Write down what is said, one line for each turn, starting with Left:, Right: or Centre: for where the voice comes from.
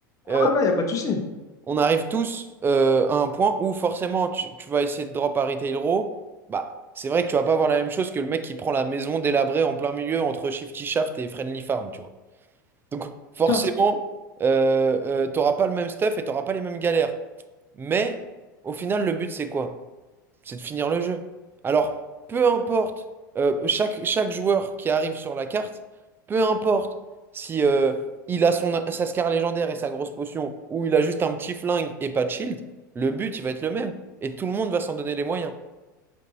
Right: Euh,
Left: Ah non, il n'y a pas de souci.
Right: on arrive tous euh, à un point où forcément tu, tu vas essayer de drop Harry Taylor. Bah, c'est vrai que tu vas pas avoir la même chose que le mec qui prend la maison délabrée en plein milieu entre Shifty Shaft et Friendly Farm, tu vois. Donc forcément,
Left: Ça,
Right: euh, euh, t'auras pas le même stuff et t'auras pas les mêmes galères. Mais au final, le but, c'est quoi? c'est de finir le jeu. Alors, peu importe, euh, chaque, chaque joueur qui arrive sur la carte, peu importe si euh, il a son, sa scar légendaire et sa grosse potion, ou il a juste un petit flingue et pas de shield, le but, il va être le même. Et tout le monde va s'en donner les moyens.